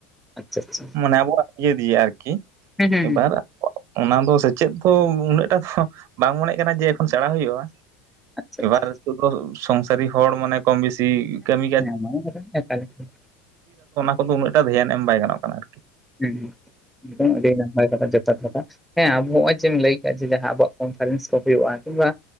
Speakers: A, in the centre; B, on the right.
A: ᱟᱪᱪᱷᱟ ᱟᱪᱪᱷᱟ
B: ᱢᱟᱱᱮ ᱟᱵᱚ ᱤᱭᱟᱹ ᱫᱮ ᱟᱨᱠᱤ ᱟᱨᱠᱤ
A: ᱦᱮᱸ ᱦᱮᱸ
B: ᱮᱵᱟᱨ
A: ᱦᱮᱸ
B: ᱚᱱᱟ ᱫᱚ ᱥᱮᱪᱮᱫ ᱫᱚ ᱩᱱᱟᱹᱜ ᱮᱴᱟ ᱫᱚ ᱵᱟᱝ ᱢᱚᱱᱮᱮᱜ ᱠᱟᱱᱟ ᱡᱮ ᱮᱠᱷᱚᱱ ᱥᱮᱬᱟ ᱦᱩᱭᱩᱜᱼᱟ
A: ᱟᱪᱪᱷᱟ
B: ᱮᱵᱟᱨ
A: ᱟᱪᱪᱷᱟ
B: ᱫᱚ ᱥᱚᱝᱥᱟᱨᱤ ᱦᱚᱲ ᱢᱟᱱᱮ ᱠᱚᱢ ᱵᱮᱥᱤ ᱠᱟᱹᱢᱤ
A: <unintelligible>
B: ᱩᱱᱟᱹᱜᱴᱟ ᱫᱷᱮᱭᱟᱱ ᱮᱢ ᱵᱟᱭ ᱜᱟᱱᱚᱜ ᱠᱟᱱᱟ ᱟᱨᱠᱤ
A: ᱦᱮᱸ ᱟᱹᱰᱤ ᱱᱟᱯᱟᱭ ᱠᱟᱛᱷᱟ ᱡᱚᱛᱷᱟᱛ ᱠᱟᱛᱷᱟ ᱦᱮᱸ ᱟᱵᱚ ᱱᱚᱜᱼᱚᱭ ᱡᱮ ᱮᱢ ᱞᱟᱹᱭ ᱠᱟ ᱡᱮ ᱡᱟᱦᱟᱸ ᱟᱵᱚᱣᱟᱜ ᱠᱚᱱᱯᱷᱟᱨᱮᱱᱥ ᱠᱚ ᱦᱩᱭᱩᱜᱼᱟ ᱵᱟ